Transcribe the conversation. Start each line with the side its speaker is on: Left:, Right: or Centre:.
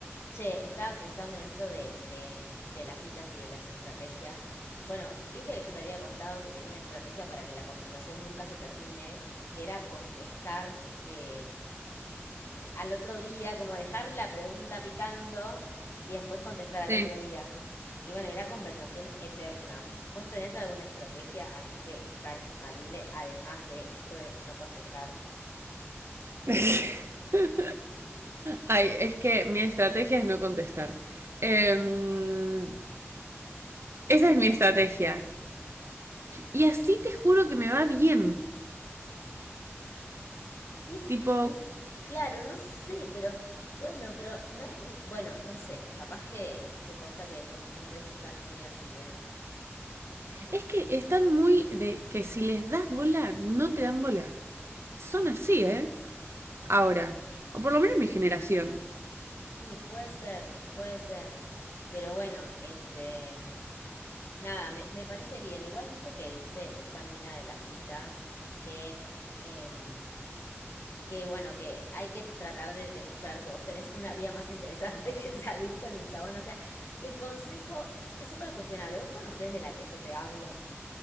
Left: Che, estaba pensando en esto de, de, de las citas y de las estrategias. Bueno, viste que yo te había contado que tenía una estrategia para que la conversación nunca se termine, que era contestar, eh, eh, al otro día, como dejar la pregunta picando y después contestar al
Right: Sí.
Left: otro día. Y bueno, era conversación eterna. ¿Vos tenés alguna estrategia? Así que esta es infalible, además de esto de no contestar.
Right: <laughs> Ay, es que mi estrategia es no contestar. Em, esa es mi estrategia. Y así te juro que me va bien.
Left: Y
Right: Tipo,
Left: claro, no sé, pero bueno, pero no hay, ni- bueno, no sé, capaz que, que posta que los hombres están muy así, ¿eh?
Right: es que están muy de que si les das bola, no te dan bola. son así, ¿eh? Ahora. O por lo menos mi generación.
Left: Y puede ser, puede ser. Pero bueno, este, mm, nada, me, me parece bien. Igual viste que dice esta mina de las citas que, em, que bueno, que hay que tratar de demostrar que vos tenés una vida más interesante <laughs> que salir con el chabón. O sea, el consejo es súper cuestionable. ¿Vos conocés de la que yo te hablo?